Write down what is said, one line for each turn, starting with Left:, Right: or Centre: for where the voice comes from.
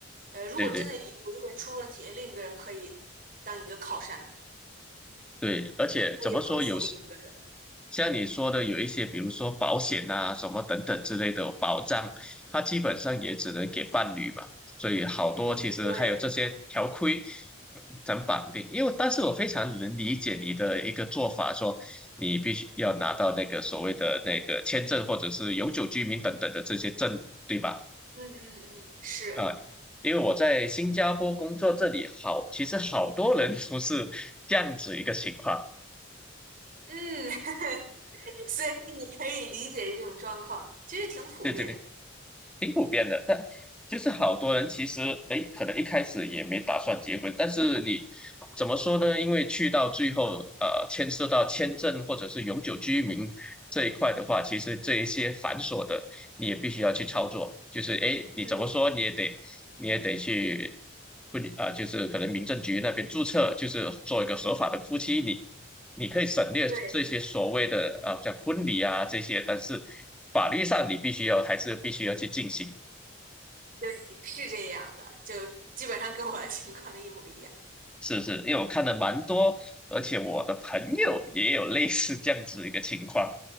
Right: 呃，如果真的有有一个人出问题，
Centre: 对对
Right: 另一个人可以当一个靠山，
Centre: 对，而且怎么说有时
Right: 可以帮扶另一个人。
Centre: 像你说的，有一些，比如说保险啊、什么等等之类的保障，它基本上也只能给伴侣嘛。所以好多其实还有这些条规
Right: 嗯，对，
Centre: 咱绑定。因为，但是我非常能理解你的一个做法，说你必须要拿到那个所谓的那个签证或者是永久居民等等的这些证，对吧？
Right: 嗯嗯嗯，是。
Centre: 啊，因为我在新加坡工作，这里好，其实好多人都是这样子一个情况。
Right: 嗯，<laughs> 所以你可以理解这种状况，其实挺普遍的。
Centre: 对对对。挺普遍的，但就是好多人其实，哎，可能一开始也没打算结婚，但是你怎么说呢？因为去到最后，呃，牵涉到签证或者是永久居民这一块的话，其实这一些繁琐的，你也必须要去操作。就是哎，诶你怎么说你也得你也得去
Right: 嗯，
Centre: 不啊、就是可能民政局那边注册，就是做一个合法的夫妻，你你可以省略这些所谓的啊、
Right: 对
Centre: 像婚礼啊这些，但是法律上你必须要还是必须要去进行，
Right: 对，是这样的，就基本上跟我的情况一模一样。
Centre: 是是，因为我看的蛮多，而且我的朋友也有类似这样子一个情况，